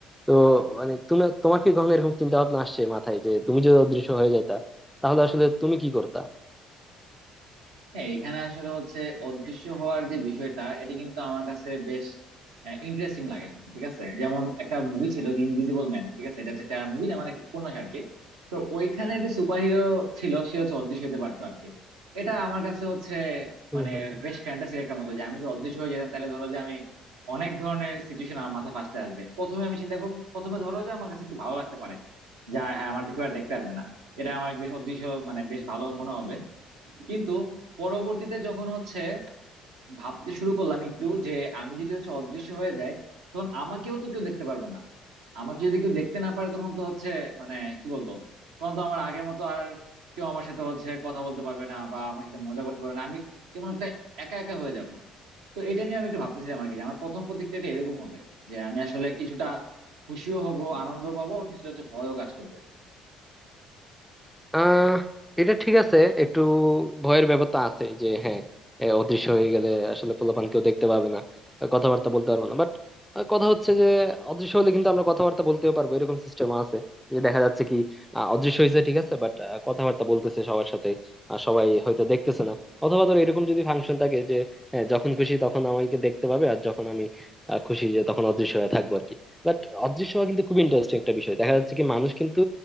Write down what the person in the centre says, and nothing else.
তো মানে তুমি তোমার কি কখনো এরকম চিন্তা ভাবনা আসছে মাথায় যে তুমি যদি অদৃশ্য হয়ে যেতা তাহলে আসলে তুমি কি করতা
হম
হম
আহ এটা ঠিক আছে একটু ভয়ের ব্যাপার তো আছে যে হ্যাঁ এ, অদৃশ্য হয়ে গেলে আসলে পোলাপান কেউ দেখতে পাবে না কথাবার্তা বলতে পারবো না বাট কথা হচ্ছে যে অদৃশ্য হলে কিন্তু আমরা কথাবার্তা বলতেও পারবো এরকম সিস্টেম আছে যে দেখা যাচ্ছে কি আহ, অদৃশ্য হয়েছে ঠিক আছে বাট কথাবার্তা বলতেছে সবার সাথে আর সবাই হয়তো দেখতেছে না অথবা ধর এরকম যদি ফাংশন থাকে যে হ্যাঁ যখন খুশি তখন আমাকে দেখতে পাবে আর যখন আমি আহ, খুশি যে তখন অদৃশ্য হয়ে থাকবো আর কি বাট অদৃশ্য হওয়া কিন্তু খুব ইন্টারেস্টিং একটা বিষয় দেখা যাচ্ছে কি মানুষ কিন্তু